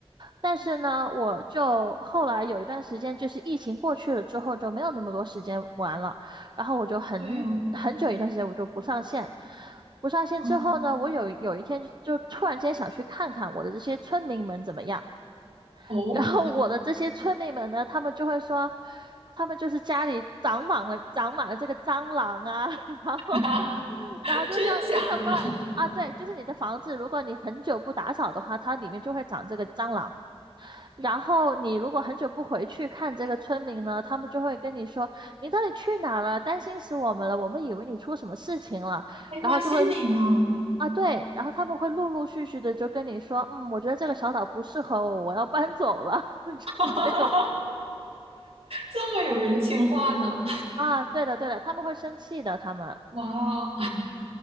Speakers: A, on the right (about 45°); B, on the right (about 70°).
A: 但是呢，我就后来有一段时间，就是疫情过去了之后，就没有那么多时间玩了。然后我就很很久一段时间我就不上线，
B: 对哦，
A: 不上线之后呢，
B: 哦
A: 我有有一天就突然间想去看看我的这些村民们怎么样。
B: 哦，
A: 然后我的这些村民们呢，他们就会说，他们就是家里长满了长满了这个蟑螂啊，<laughs> 然后
B: <laughs> 啊
A: 然后就说你怎么啊？
B: 真假的？
A: 对，就是你的房子，如果你很久不打扫的话，它里面就会长这个蟑螂。然后你如果很久不回去看这个村民呢，他们就会跟你说你到底去哪儿了，担心死我们了，我们以为你出什么事情了，
B: 还关心你呢，
A: 然后就会啊对，然后他们会陆陆续续的就跟你说，嗯，我觉得这个小岛不适合我，我要搬走了，<laughs> 就是这种
B: <laughs> 这么有人情话呢？
A: 啊，对的，对的，他们会生气的，他们。
B: 哇哦，